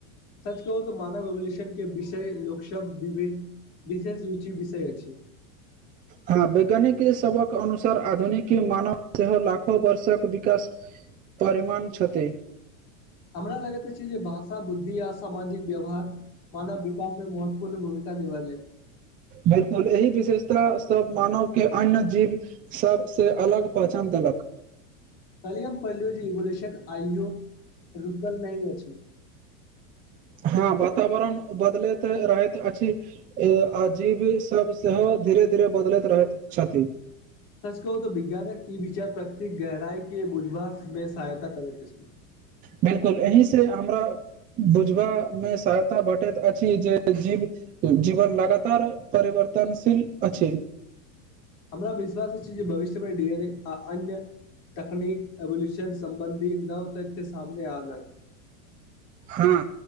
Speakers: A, on the left; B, on the right.
A: सच कहू तऽ मानव इवोल्यूशन के विषय लोकसभ विभिन्न विशेष रुचि विषय अछि
B: हँ वैज्ञानिक सभक अनुसार आधुनिकी मानव सेहो लाखो वर्षक विकास परिमाण छथि
A: हमरा लगैत अछि जे भाषा बुद्धि आ सामाजिक व्यवहार मानव विकासमे महत पूर्ण भूमिका निभैलक
B: बिलकुल एहि विशेषता सब मानवकेँ अन्य जीव सभसे अलग पहचान देलक
A: कल्हि हम पढ़लियै जे इवोल्यूशन आइयो रुकल नहि अछि <inaudible>
B: हँ वातावरण बदलैत रहैत अछि आ जीव सब सेहो धीरे धीरे धीरे बदलैत रहैत छथि
A: सच कहू तऽ विज्ञानक ई विचार प्रकृतिक गहराई के बुझबाक लेल सहायता करैत अछि
B: बिलकुल एहि से हमरा बुझबा मे सहायता भेटैत अछि जे जीवन लगातार परिवर् वर्तनशील अछि।
A: हमरा विश्वास अछि जे भविष्यमे डी एन ए आ अन्य तकनीक एवल्यूशन संबन्धी नव तथ्य सामने आनै
B: हँ